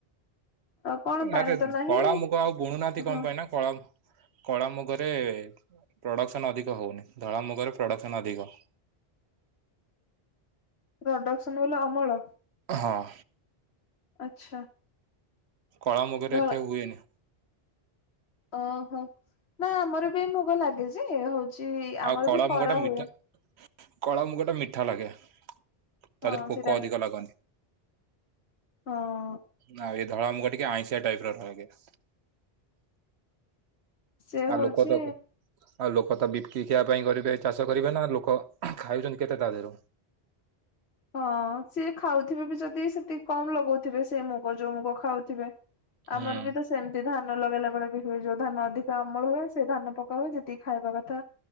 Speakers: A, on the left; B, on the right.
A: ଆଉ କଣ ପାଣି
B: ଆରେ
A: ତ ନାହିଁ
B: କଳା ମୁଗ ଆଉ ବୁଣୁନାହାନ୍ତି
A: ହଁ
B: କଣ ପାଇଁ ନା? କଳା କଳା ମୁଗରେ ପ୍ରଡ଼କ୍ସନ୍ ଅଧିକ ହେଉନି ଧଳା ମୁଗରେ ପ୍ରଡ଼କ୍ସନ୍ ଅଧିକ।
A: ପ୍ରଡକ୍ସନ ବଲେ ଅମଳ?
B: ହଁ।
A: ଆଚ୍ଛା।
B: କଳା ମୁଗରେ
A: ଧଳ
B: ଏତେ ହୁଏନି।
A: ଓହୋ ନା ଆମର ବି ମୁଗ ଲାଗେ ଯେ ହଉଛି
B: ଆଉ
A: ଆମର
B: କଳା
A: ବି କରା
B: ମୁଗ ଟା ମିଠା
A: ହୁଏ।
B: କଳା ମୁଗ ଟା ମିଠା ଲାଗେ ତା ଦେହରେ
A: ହଁ
B: ପୋକ
A: ସେଇଟା
B: ଅଧିକ ଲାଗନ୍ତି।
A: ହଁ।
B: ନା ଏଇ ଧଳା ମୁଖ ଟିକେ ଆଇଁଶିଆ ଟାଇପ୍ ର ଲାଗେ <unintelligible>
A: ସେ
B: ଆ
A: ହଉଛି
B: ଲୋକ ତ ଆଗ। ଆଉ ଲୋକ ତ ବିକିି ଖିଆ ପାଇଁ କରିବେ ଚାଷ କରିବେ ନା ଲୋକ ଖାଉଛନ୍ତି କେତେ ତା ଦେହରୁ।
A: ହଁ ସିଏ ଖାଉଥିବେ ବି ଯଦି ସେତିକି କମ ଲଗଉଥିବେ ସେ ମୁଗ ଯୋଉ ମୁଗ ଖାଉଥିବେ।
B: ହୁଁ
A: ଆମର ବି ତ ସେମତି ଧାନ ଲଗେଇଲା ବେଳେ ହୁଏ ଯୋଉ ଧାନ ଅଧିକା ଅମଳ ହୁଏ ସେ ଧାନ ପକା ହୁଏ ଯେତିକି ଖାଇବା କଥା